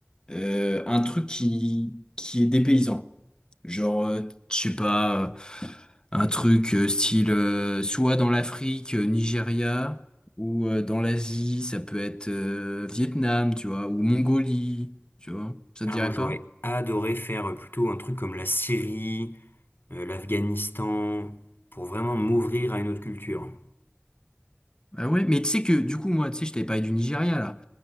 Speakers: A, on the left (about 20°); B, on the left (about 50°).
A: euh, un truc qui, qui est dépaysant. Genre, euh, je sais pas, euh, un truc euh, style euh, soit dans l'Afrique, euh, Nigeria, ou euh, dans l'Asie, ça peut être euh, Vietnam, tu vois, ou Mongolie, tu vois. Ça
B: Ah,
A: te dirait
B: moi, j'aurais
A: pas?
B: adoré faire euh, plutôt un truc comme la Syrie, euh, l'Afghanistan, pour vraiment m'ouvrir à une autre culture.
A: Ah ouais, mais tu sais que du coup, moi, tu sais, je t'avais parlé du Nigeria là.